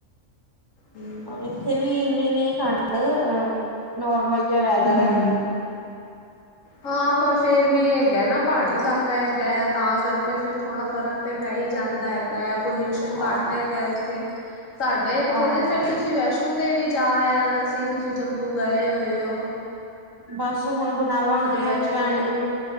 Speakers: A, on the left; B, on the right.
A: ਹਮ
B: ਏਥੇ ਵੀ ਇੰਨੀ ਨੀ ਠੰਡ ਨੋਰਮਲ ਜੇਹਾ ਵੈਦਰ
A: ਹਮ
B: ਹੈ।
A: ਹਾਂ ਪਰ ਫੇਰ ਵੀ ਇਹ ਹੈਗਾ ਨਾ ਪਹਾੜੀ ਇਲਾਕਾ ਹੈਗੈ ਤਾਂ ਕਰਕੇ ਫਿਰ ਥੋੜ੍ਹਾ ਫਰਕ ਤੇ ਪੈ ਹੀ ਜਾਂਦਾ ਹੈਗਾ ਐ। ਪੋਲਯੂਸ਼ਨ ਘੱਟ
B: ਆਹ
A: ਹੈਗੇ ਉਥੇ, ਸਾਡੇ ਇੱਥੇ
B: ਆਹੋ
A: ਤੇ ਫੇਰ ਤੁਸੀਂ ਵੈਸ਼ ਨੋ ਦੇਵੀ ਜਾ ਆਣਾ ਸੀ ਤੁਸੀਂ ਜੰਮੂ ਗਏ ਹੋਏ ਯੋ।
B: ਬਸ ਹੁਣ ਬਣਾਵਾਂਗੇ
A: ਵੈਸ਼ਨੋ
B: ਪਲੈਨ।
A: ਦੇਵੀ